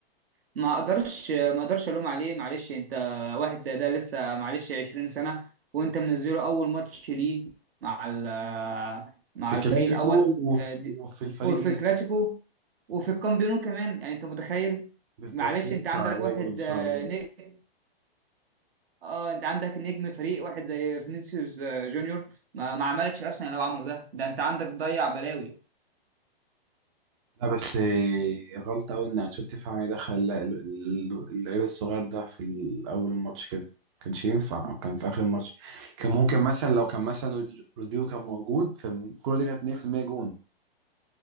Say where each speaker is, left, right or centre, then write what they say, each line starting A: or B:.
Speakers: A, on the right; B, on the right.
A: ما اقدرش ما اقدرش الوم عليه معلش انت واحد زي ده لسه معلش 20 سنه وانت منزله اول ماتش ليه مع ال- مع
B: في كلاسيكو
A: الفريق الاول
B: وفي,
A: آه، دي-
B: وفي الفريق
A: وفي
B: ال-
A: كلاسيكو وفي الكامبيونو كمان يعني انت متخيل
B: بالظبط
A: معلش
B: ضغط
A: انت عندك
B: عليه
A: واحد
B: برضه بسرعه
A: آه، نجم اه انت عندك نجم فريق واحد زي فينيسيوس آه، جونيور ما, ما عملش اصلا لو عمله ده ده انت عندك ضيع بلاوي
B: لا بس آه، غلطة أوي إن أنشيلوتي تفهم يدخل ال- ال- اللعيب الصغير ده في ال- أول الماتش كده كانش ينفع كان في آخر الماتش كان ممكن مثلا لو كان مثلا رودي- روديو كان موجود كان الكورة دي كانت 100% جون